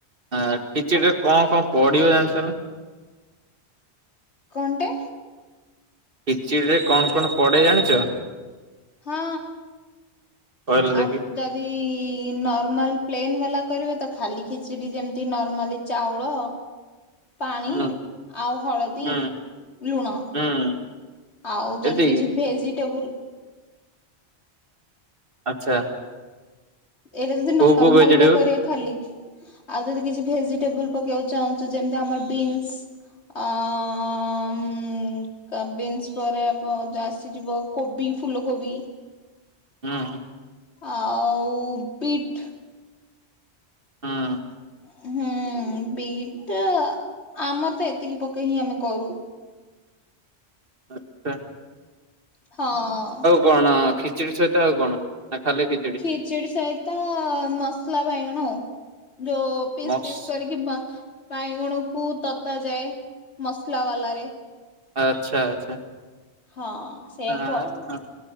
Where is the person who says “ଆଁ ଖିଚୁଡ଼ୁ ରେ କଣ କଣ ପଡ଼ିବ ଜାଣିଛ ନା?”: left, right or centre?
Right